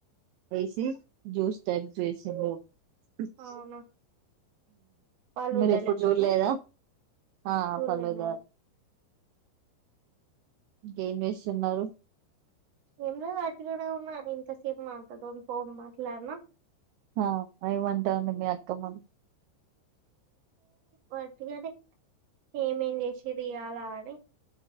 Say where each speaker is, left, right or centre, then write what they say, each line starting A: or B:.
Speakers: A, on the right (about 80°); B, on the right (about 50°).
A: వేసి జ్యూస్ టైప్ చేసిారు అ <unintelligible>
B: అవునా వాళ్ళు
A: మీరు
B: వదలెక్కనా
A: ఎప్పుడు చూడలేదా ఆ
B: చూడలే
A: ఫలుదా
B: నేను
A: ఇంకేం చేస్తున్నారు
B: ఏం లేదు అటుగానే ఉన్నా ఇంతసేపు మా అక్క తోని ఫోన్ మాట్లాడినా
A: ఆ ఏం మంటాంది
B: ఉమ్,
A: మీ అక్క మ
B: వాటిగానే ఏమేం చేసిరు ఇయాలా అని